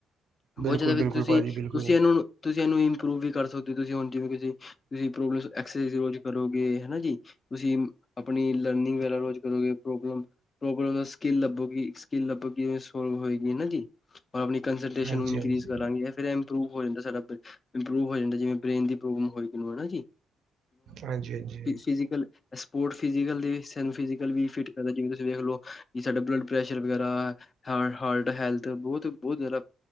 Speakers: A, on the left; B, on the right.
A: ਬਹੁਤ ਜ਼ਿਆਦਾ
B: ਬਿਲਕੁਲ ਬਿਲਕੁਲ
A: ਤੁਸੀਂ-ਤੁਸੀਂ
B: ਭਾਜੀ ਬਿਲਕੁਲ
A: ਇਹਨੂੰ ਤੁਸੀਂ ਇਹਨੂੰ ਇੰਪਰੂਵ ਵੀ ਕਰ ਸਕਦੇ ਹੋ, ਤੁਸੀਂ ਹੁਣ ਜਿਵੇਂ ਪ੍ਰੋਬਲਮ ਐਕਸਸ ਦੇ ਅਕਾਰਡਿੰਗ ਕਰੋਗੇ ਹਨਾ ਜੀ ਤੁਸੀਂ ਆਪਣੀ ਲਰਨਿੰਗ ਵਾਲੇ ਰੋਜ਼ ਕਰੋਗੇ ਪ੍ਰੋਬਲਮ ਜੋਬ ਸਕਿੱਲ ਲੱਭੋਗੀ-ਸਕਿੱਲ ਲੱਭੋਗੀ ਸੋਲਵ ਹੋਏਗੀ ਹਨਾ ਜੀ ਔਰ ਆਪਣੀ ਕੰਸਲਟੇਸ਼ਨ
B: ਹਾਂਜੀ
A: ਨੂੰ ਇਨਕਰੀਜ਼
B: ਹਾਂਜੀ
A: ਕਰਾਂਗੇ ਜਾਂ ਫਿਰ ਐਮ ਇੂ ਹੋ ਜਾਂਦਾ ਸਾਡਾ ਇੰਪਰੂਵ ਹੋ ਜਾਂਦਾ ਜਿਵੇਂ ਬ੍ਰੇਨ ਦੀ ਪ੍ਰੋਬਮ ਹੋ ਕਿਨੂੰ ਹਨਾ ਜੀ।
B: ਹਾਂਜੀ-ਹਾਂਜੀ
A: ਫਿਜ਼ਕਲ, ਸਪੋਰਟ ਫਿਜੀਕਲ ਦੀ ਸਾਨੂੰ ਫਿਜੀਕਲ ਵੀ ਫਿੱਟ ਕਰਦਾ ਜਿਵੇਂ ਤੁਸੀਂ ਵੇਖ ਲਓ ਸਾਡਾ ਬਲੱਡ ਪ੍ਰੈਸ਼ਰ ਵਗੈਰਾ ਹ ਹਾਰਟ ਹੈਲਥ ਬਹੁਤ ਬਹੁਤ ਜ਼ਿਆਦਾ